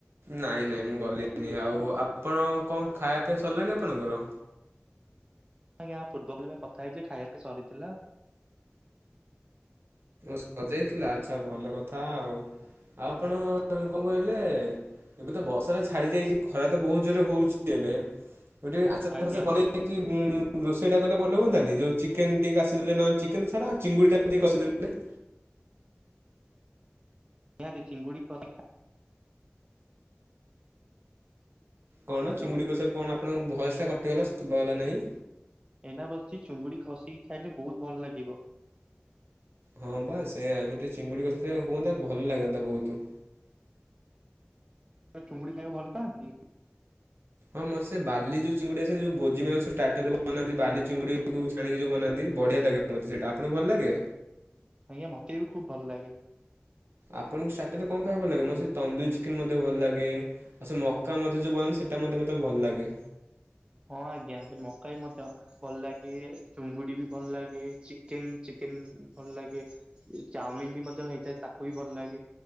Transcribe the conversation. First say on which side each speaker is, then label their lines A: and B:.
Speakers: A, on the right; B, on the right.
A: ନାଇଁ ନାଇଁ ମୁଁ ଗଲିିନି ଆଉ ଆପଣ କଣ ଖାଇବା ପିଇବା ସରିଲାଣିି ଆପଣଙ୍କର?
B: ଆଜ୍ଞା ପୂର୍ବ ବୋଲି କଥା ହେଇଥିଲେ ଖାଇବାପା ସରିଥିଲା।
A: ସଜେଇଥିଲା ଆଚଛା ଭଲ କଥା ଆଉ ଆପଣ କଣ କହିଲେ ଏବେ ତ ବର୍ଷଟା ଛାଡି ଯାଇଛି ଖରା ତ ବହୁତ ଜୋରେ ହଉଛି ଏବେ। <unintelligible>
B: ଆଜ୍ଞା
A: ରୋଷେଇ ଟା କଲେ ଭଲ ହୁଅନ୍ତାନି ଯୋଉ ଚିକେନ ଟିକେ କାସିଦଲେ ନ ଚିକେନ ଛାଡ ଚିଙ୍ଗୁଡି ଟା ଟ କସିଦେଲେ। <inaudible>
B: ନିହାତି ଚିଙ୍ଗୁଡିକୁ କସା
A: କଣ
B: ହ୍ୟାଲୋ
A: ଚିଙ୍ଗୁଡିକସାକୁ କଣ ଆପଣଙ୍କ ଭୟସ ଟା କଟିଗଲା ଶୁବା ଗଲା ନାହିଁ?
B: ଏଇନା ବସିକି ଚୁଙ୍ଗୁଡି ଖଷିକି ଖାଇଲେ ବହୁତ ଭଲ ଲାଗିବ।
A: ହଁ ପା ସେ ଏବେ ଟିକ ଚିଙ୍ଗୁଡ଼ି କଥା ଟ ହୁଅନ୍ତା ଭଲ ଲାଗନ୍ତା ବହୁତ।
B: ଚୁଙ୍ଗୁଡି ଖାଇବା ଭଲଥାନ୍ତି।
A: ହଁ ମତେ ବାଲି ଯୋଉ ଚିଙ୍ଗୁଡି ଆ ଯୋ ଭୋଜି ମାନ ବନ୍ତି ବାଲି ଚିଙ୍ଗୁଡି ଛାିଣିକି ଯଉ ବନାନ୍ତି ବଢିଆ ଲାଗେ ମତେ ସେଇଟା ଆପଣଙ୍କୁ ଭଲ ଲାଗେ?
B: ଆଜ୍ଞା ମତେ ବି ଖୁବ ଭଲ ଲାଗେ।
A: ଆପଣଙ୍କୁ ସାଥିରେ କଣ ଖାଇବାକୁ ଭଲ ଲାଗେ ମତେ ତନ୍ଦୁରୀ ଚିକେନ ମଧ୍ୟ ଭଲ ଲାଗେ ଆଉ ସେ ମକା ମଧ୍ୟ ଯୋଉ ବନାନ୍ତି ସେ ତା ମଧ୍ୟ ମତେ ଭଲ ଲାଗେ
B: ହଁ ଆଜ୍ଞା ସେ ମକା ବି ମଧ୍ୟ ଭଲ ଲାଗେ ଚୁଙ୍ଗୁଡି ବି ଭଲ ଲାଗେ ଚିକେନ ଚିକେନ ଭଲ ଲାଗେ। ଚାଉମିନ ବି ମଧ୍ୟ ହେଇଥାଏ ତାକୁ ବି ଭଲ ଲାଗେ